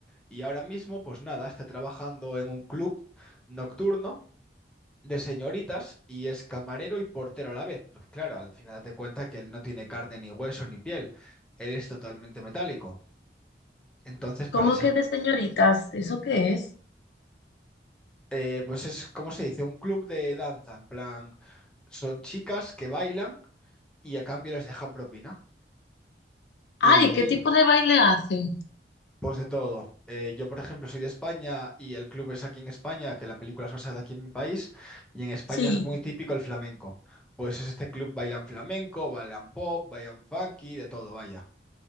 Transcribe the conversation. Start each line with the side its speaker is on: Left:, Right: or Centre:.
Centre: Y ahora mismo, pues nada, está trabajando en un club nocturno de señoritas y es camarero y portero a la vez, porque claro, al final date cuenta que él no tiene carne ni hueso ni piel, él es totalmente metálico. Entonces, para
Left: ¿Cómo
Centre: ser,
Left: que de señoritas? ¿Eso qué es?
Centre: eh, pues es, ¿cómo se dice? Un club de danza, en plan, son chicas que bailan y a cambio les dejan propina.
Left: Ay,
Centre: Y
Left: ¿qué tipo de baile hacen?
Centre: Pues de todo. Eh, yo, por ejemplo, soy de España y el club es aquí en España, que la película es basada aquí en mi país, y en España
Left: Sí.
Centre: es muy típico el flamenco. Pues es este club bailan flamenco, bailan pop, bailan funky, de todo, vaya.